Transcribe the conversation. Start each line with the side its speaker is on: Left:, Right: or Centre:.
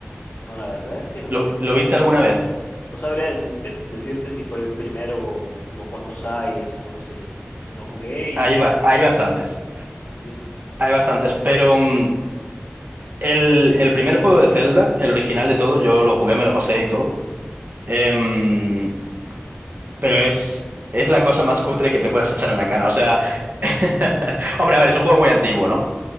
Left: No, la verdad es que no.
Right: ¿Lo, lo viste alguna vez?
Left: No sabría decirte, decirte si fue el primero o no cuántos hay, eso no lo sé yo. No Lo jugué y
Right: Hay, bas- hay bastantes,
Left: así.
Right: hay bastantes, pero... mm, El, el primer juego de Zelda, el original de todo, yo lo jugué, me lo pasé y todo. Em, pero es, es la cosa más cutre que te puedas echar en la cara. O sea, <laughs> hombre, a ver, es un juego muy antiguo, ¿no?